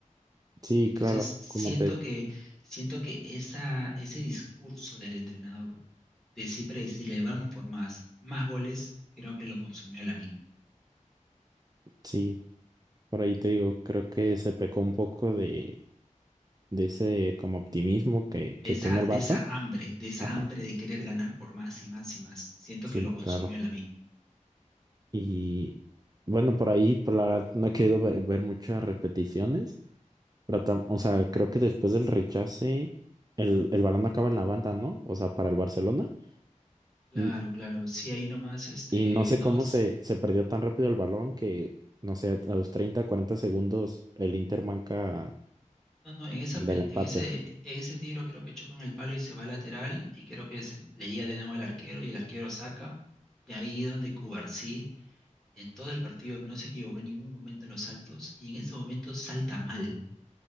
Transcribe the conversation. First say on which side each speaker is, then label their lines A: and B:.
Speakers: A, on the right; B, in the centre.
A: sí,
B: Entonces,
A: claro,
B: siento
A: como te,
B: que, siento que esa, ese discurso del entrenador de siempre decirle vamos por más, más goles, creo que lo consumió Lamine.
A: sí, por ahí te digo, creo que se pecó un poco de de ese como optimismo que,
B: Esa,
A: que tiene el
B: de
A: Barça.
B: esa hambre, de esa
A: Ajá,
B: hambre de querer ganar por más y más y más. Siento
A: sí,
B: que lo consumió
A: claro.
B: Lamine.
A: Y bueno, por ahí, por la verdad, no he querido ve- ver, muchas repeticiones, pero tam- o sea, creo que después del rechace, el, el balón acaba en la banda, ¿no? O sea, para el Barcelona.
B: Claro,
A: N-
B: claro. Sí, ahí nomás, este,
A: Y no sé
B: no,
A: cómo se, se perdió tan rápido el balón que, no sé, a los 30 40 segundos el Inter manca
B: No, no, en esa
A: el
B: pel-
A: del empate.
B: en ese, en ese tiro creo que choca en el palo y se va lateral y creo que se- le llega de nuevo al arquero y el arquero saca. Y ahí es donde Cubarsí en todo el partido no se equivocó en ningún momento en los saltos y en ese momento salta mal